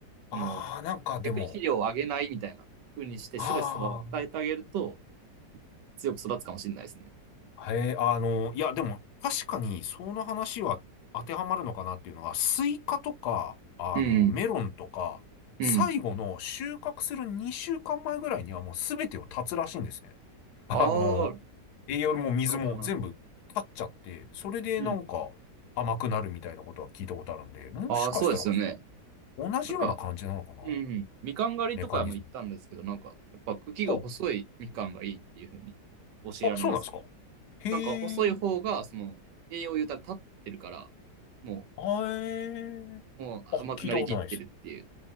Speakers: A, on the right; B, on the left.
A: その
B: あー、なんかでも、
A: 逆に肥料をあげないみたいな風にしてストレスを与えてあげると
B: あ
A: 強く育つかもしれないですね。
B: ー、へえ、あの、いや、でも、確かに、その話は当てはまるのかなっていうのが、スイカとか、あの、
A: うん。
B: メロンとか、
A: うん。
B: 最後の収穫する2週間前ぐらいにはもう全てを立つらしいんですね。あの、
A: ああ、
B: 栄養も水も全部立っちゃって、
A: なるほど、なるほど。
B: それでなんか甘くなるみたいなことは聞いたことあるんで、
A: うん。
B: もしかしたら
A: ああ、そうですよね。
B: 同じような感じなのかな
A: なんか、うん。みかん狩りとかも行ったんですけど、
B: メカニズム。
A: なんか、やっぱ茎が細いみかんがいいっていう風に教えられますよ。
B: ほう。あ、そうなんですか。へえ。
A: なんか細い方が、その、栄養を言うたら立ってるから、も
B: あえ。
A: う、もう甘くなりきってるっていう
B: あ、聞いたことないです。